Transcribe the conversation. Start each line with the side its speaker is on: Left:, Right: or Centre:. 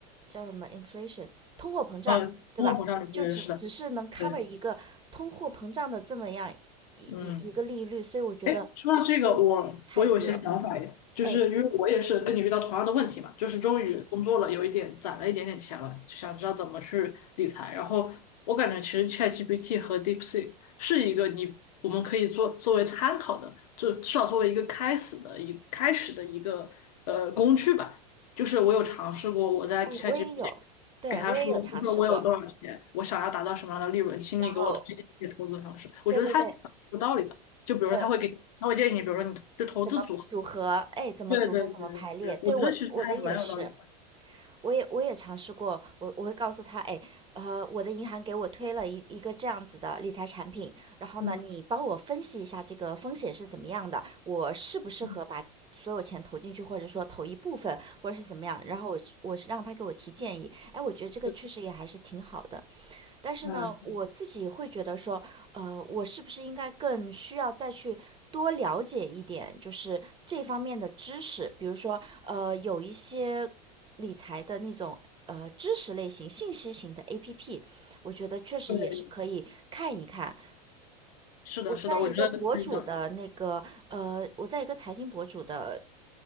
Right: 叫什么 inflation 通货膨胀，
Left: 嗯，
Right: 对吧？
Left: 通货膨胀率不也是的，
Right: 就只只是能 cover
Left: 对，
Right: 一个通货膨胀的这么样一一一个利率，
Left: 嗯。
Right: 所以我觉得其实
Left: 哎，说到这个，我我有一些想法耶，
Right: 太低了。
Left: 就是因为我也是跟你遇到同样的问题嘛，
Right: 哎
Left: 就是终于工作了，有一点攒了一点点钱了，想知道怎么去理财。然后我感觉其实 ChatGPT 和 DeepSeek 是一个你我们可以做作为参考的，就至少作为一个开始的一开始的一个呃工具吧。就是我有尝试过，我在
Right: 哎，
Left: ChatGPT
Right: 我也有，对我也有尝试过，
Left: 给他说，就说我有多少钱，我想要达到什么样的利润，请你给我推荐一些投资方式。
Right: 然后
Left: 我觉得他是很有道理的。
Right: 对对对，
Left: 就比如说他会给，
Right: 呃，
Left: 他会建议你，比如说你就投资组合。
Right: 怎么组合？哎，怎么组合？
Left: 对对对对，
Right: 怎么排列？
Left: 对我觉得其实还蛮有道理的。
Right: 对我我的也是。我也我也尝试过，我我会告诉他，哎，呃，我的银行给我推了一一个这样子的理财产品，然后呢，
Left: 嗯
Right: 你帮我分析一下这个风险是怎么样的，我适不适合把所有钱投进去，
Left: 嗯，
Right: 或者说投一部分，或者是怎么样，然后我是我是让他给我提建议，哎，我觉得这个确实也还是挺好的，
Left: 对，
Right: 但是呢，
Left: 嗯
Right: 我自己会觉得说，呃，我是不是应该更需要再去多了解一点，就是这方面的知识，比如说，呃，有一些理财的那种。呃，知识类型、信息型的 APP，我觉得确实也是可以看一看。
Left: 对，是的，
Right: 我在一个博主的那个，
Left: 是的，我觉得是的。
Right: 呃，我在一个财经博主的